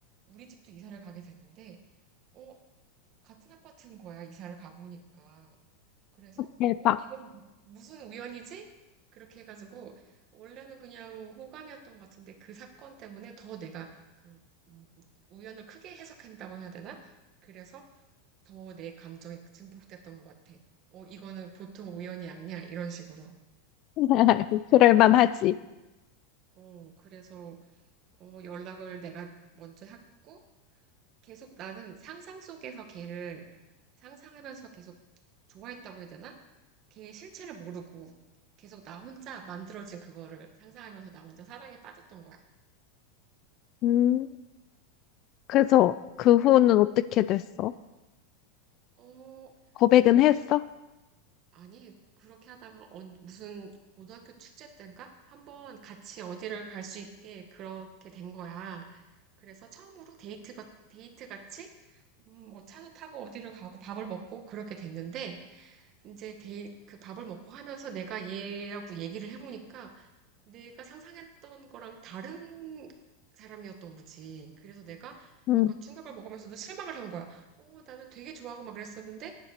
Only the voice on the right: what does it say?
우리 집도 이사를 가게 됐는데 어 같은 아파트인 거야 이사를 가보니까 그래서
어 이건 무- 무슨 우연이지? 그렇게 해가지고 원래는 그냥 호감이었던 것 같은데 그 사건 때문에 더 내가 그 음, 우연을 크게 해석한다고 해야 되나? 그래서 더 내 감정이 증폭됐던 것 같아. 어 이거는 보통 우연이 아니야 이런 식으로.
어, 그래서 어, 연락을 내가 먼저 했고 계속 나는 상상 속에서 걔를 상상하면서 계속 좋아했다고 해야 되나? 걔의 실체를 모르고 계속 나 혼자 만들어진 그거를 상상하면서 나 혼자 사랑에 빠졌던 거야.
어,
그렇게
아니, 그렇게 하다가 언- 무슨 고등학교 축제 때인가? 한번 같이 어디를 갈 수 있게 그렇게 된 거야. 그래서 처음으로 데이트가, 데이트 같이, 음, 뭐 차도 타고 어디를 가고 밥을 먹고 그렇게 됐는데, 이제 데이, 그 밥을 먹고 하면서 내가 얘하고 얘기를 해보니까 내가 상상했던 거랑 다른 사람이었던 거지. 그래서 내가
약간 충격을 먹으면서도 실망을 한 거야. 어, 나는 되게 좋아하고 막 그랬었는데,